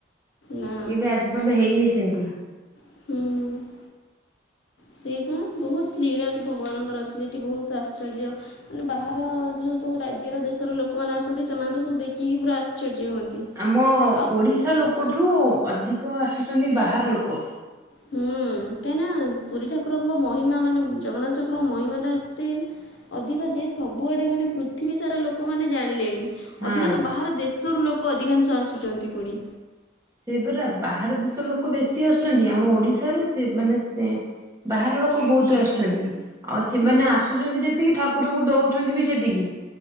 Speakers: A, on the left; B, on the right.
A: ନା
B: କେବେ ଆଜି ପର୍ଯ୍ୟନ୍ତ ହେଇନି। <unintelligible>
A: ହୁଁ। ସେଇବା ବହୁତ ଲୀଳା ତ ଭଗବାନଙ୍କର ଅଛି ସେଇଠି ବହୁତ ଆଶ୍ଚର୍ଯ୍ୟ। ମାନେ ବାହାର ଯେଉ ସବୁ ରାଜ୍ୟର ଦେଶର ଲୋକମାନେ ଆସନ୍ତି ସେମାନେ ତ ସବୁ ଦେଖିକି ପୁରା ଆଶ୍ଚର୍ଯ୍ୟ ହୁଅନ୍ତି।
B: ଆମ
A: ଆଉ
B: ଓଡ଼ିଶା ଲୋକଠୁ ଅଧିକ ଆସୁଛନ୍ତି ବାହାର ଲୋକ।
A: ହୁଁ କାହିଁକିନା ପୁରୀ ଠାକୁରଙ୍କ ମହିମା ମାନେ ଜଗନ୍ନାଥ ଠାକୁରଙ୍କ ମହିମା ଟା ଏତେ। ଅଧିକ ଯେ ସବୁଆଡ଼େ ମାନେ ପୃଥିବୀ ସାରା ଲୋକମାନେ ଜାଣିଲେଣି।
B: ହଁ।
A: ଅଧିକା ତ ବାହାର ଦେଶରୁ ଲୋକ ଅଧିକାଂଶ ଆସୁଛନ୍ତି ପୁଣି।
B: ସେଇଆ ପରା ବାହାର ଦେଶ ଲୋକ ବେଶୀ ଆସୁଛନ୍ତି ଆମ ଓଡିଶାରୁ ସେ ମାନେ ସେ ବାହାର ଲୋକ ବହୁତ ଆସୁଛନ୍ତି। ଆଉ ସେମାନେ
A: ହୁଁ
B: ଆସୁଛନ୍ତି ଯେତିକି ଠାକୁରଙ୍କୁ ଦେଉଛନ୍ତି ବି ସେତିକି।